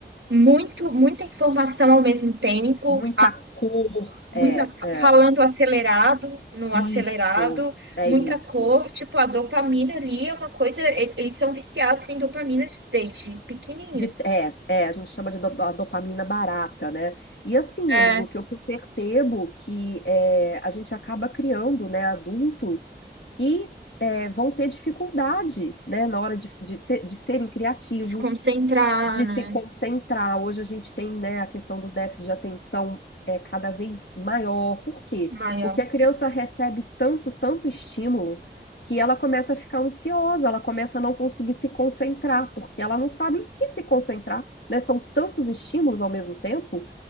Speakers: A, on the right; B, on the left.
A: muito, muita informação ao mesmo tempo,
B: Muita cor,
A: muita
B: é, é
A: falando acelerado, no
B: isso,
A: acelerado,
B: é
A: muita
B: isso.
A: cor, tipo a dopamina ali é uma coisa, e- eles são viciados em dopamina desde pequenininhos.
B: De, é, é, a gente chama de do, a dopamina barata, né? E assim,
A: É,
B: amigo, o que eu percebo que é, a gente acaba criando, né, adultos que é, vão ter dificuldade, né, na hora de, de, ser- de serem criativos,
A: se concentrar,
B: de
A: né?
B: se concentrar. Hoje a gente tem, né, a questão do déficit de atenção é cada vez maior. Por quê?
A: Maior,
B: Porque a criança recebe tanto, tanto estímulo que ela começa a ficar ansiosa, ela começa a não conseguir se concentrar, porque ela não sabe em que se concentrar, né? São tantos estímulos ao mesmo tempo